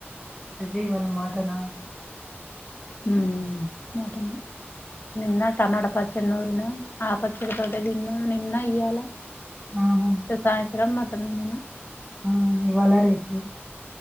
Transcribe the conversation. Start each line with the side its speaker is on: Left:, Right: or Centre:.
Centre: అయితే ఇవాళ మటనా
Left: ఉం మోటమా నిన్న టమాట పచ్చడి నూరినా ఆ పచ్చడి తోటే తిన్నాం నిన్న ఇయ్యాలా
Centre: ఆహా
Left: సాయంత్రం మటన్ వండిన
Centre: ఉం ఇవాళ రేపు